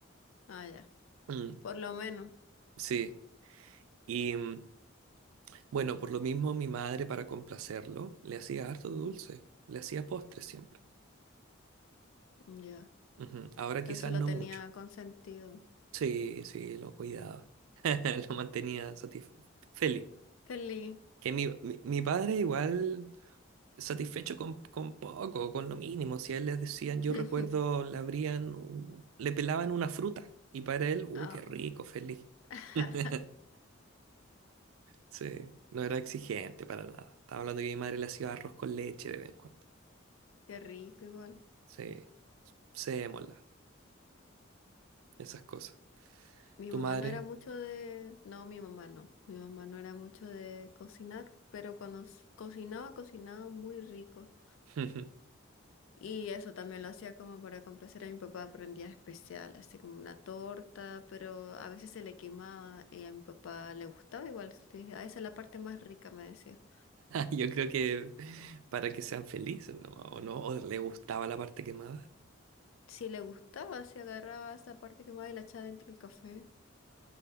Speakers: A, on the left; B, on the right.
A: Ah, ya.
B: Mm,
A: Por lo menos.
B: sí. Y mm, bueno, por lo mismo mi madre, para complacerlo, le hacía harto dulce, le hacía postres siempre.
A: Ya.
B: Ujú, Ahora
A: Entonces
B: quizás no
A: lo tenía
B: mucho.
A: consentido.
B: Sí, sí, lo cuidaba. <laughs> Lo mantenía satisf- feliz.
A: Feliz.
B: Que mi, mi, mi padre igual satisfecho con, con poco, con lo mínimo. Si a él les decían,
A: <laughs>
B: yo recuerdo, le abrían, un- le pelaban una fruta. Y para él, uh,
A: Ah,
B: qué rico, feliz.
A: <laughs>
B: <laughs> Sí, no era exigente para nada. Estaba hablando que mi madre le hacía arroz con leche de vez en cuando.
A: qué rico igual.
B: Sí, sémola, esas cosas.
A: Mi
B: ¿Tu
A: mamá
B: madre?
A: no era mucho de... No, mi mamá no. Mi mamá no era mucho de cocinar, pero cuando s- cocinaba, cocinaba muy rico.
B: <laughs>
A: Y eso también lo hacía como para complacer a mi papá por en días especiales así como una torta, pero a veces se le quemaba y a mi papá le gustaba igual. sí, "Ah, esa es la parte más rica, me decía.
B: Yo creo que para que sean felices, ¿no? ¿O no? ¿O le gustaba la parte quemada?
A: Si le gustaba, se agarraba esa parte quemada y la echaba dentro del café.